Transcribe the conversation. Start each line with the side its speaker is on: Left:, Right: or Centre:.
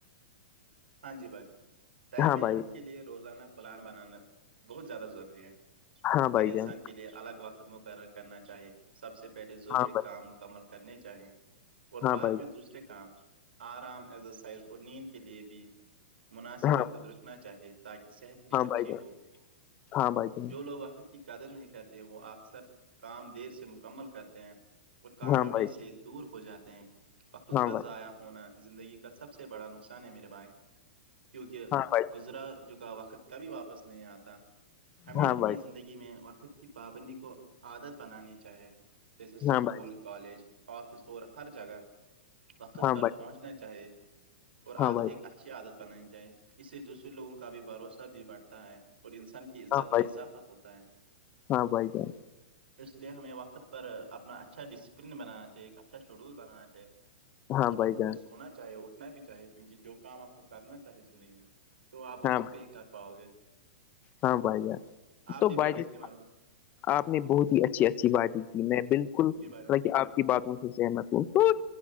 Right: ہاں جی بھائی ٹائم
Left: ہاں
Right: مینجمنٹ
Left: بھائی
Right: کے لیے روزانہ پلان بنانا بہت زیادہ ضروری ہے
Left: ہاں
Right: ہر
Left: بھائی
Right: انسان
Left: جان
Right: کے لیے الگ وقت مقرر کرنا چاہیے سب سے پہلے ضروری
Left: ہاں بھائی
Right: کام مکمل کرنے چاہیں اور
Left: ہاں
Right: بعد
Left: بھائی
Right: میں دوسرے کام آرام ایزرسائز اور نیند کے لیے بھی مناسب
Left: ہاں
Right: وقت رکھنا چاہیے تاکہ صحت بھی
Left: ہاں
Right: اچھی
Left: بھائی جان
Right: ہو
Left: ہاں بھائی جان
Right: جو لوگ وقت کی قدر نہیں کرتے وہ اکثر کام دیر سے مکمل کرتے ہیں اور کامیابی
Left: ہاں بھائی
Right: سے دور ہو جاتے ہیں بخود
Left: ہاں
Right: کا ضائع ہونا زندگی کا سب سے بڑا نقصان ہے میرے بائے کیونکہ
Left: بھائی
Right: گزرا جکا وقت کبھی واپس نہیں آتا ہمیں
Left: ہاں
Right: اپنی
Left: بھائی
Right: زندگی میں وقت کی پابندی کو عادت بنانی چاہیے جیسے سکول
Left: ہاں بھائی
Right: کالج آفس اور ہر جگہ وقت
Left: ہاں
Right: پر
Left: بھائی
Right: پہنچنا چاہے اور
Left: ہاں
Right: آد ایکچ عادت بنانی چاہی اس سے دوسرے لوگوں کا بھی بھروسہ بھی بڑھتا ہے اور انسان کی عزت
Left: بھائی
Right: میں اضافہ ہوتا ہے
Left: ہاں بھائی ہاں بھائی ہاں بھائی جان
Right: اس لیے ہمیں وقت پر اپنا اچھا ڈسپلن بنانا چاہے ایک اچھا شیڈول بنانا چاہے
Left: ہاں
Right: اور وقت
Left: بھائی جان
Right: پہ سونا چاہے اٹھنا بھی چاہے کیونکہ جو کام آپ کو کرنا چاہے زندگی میں تو آپ وقت
Left: ہاں
Right: پہ ہی کر پاؤ گے
Left: ہاں بائی جان
Right: آپ
Left: تو
Right: بھی
Left: بائی
Right: بولے
Left: ج
Right: اس کے مانو گے
Left: آپ نے بہت ہی اچھی اچھی باتیں کی میں بالکل
Right: جی بھائی جان،
Left: آپ کی باتوں سے سہمت ہوں تو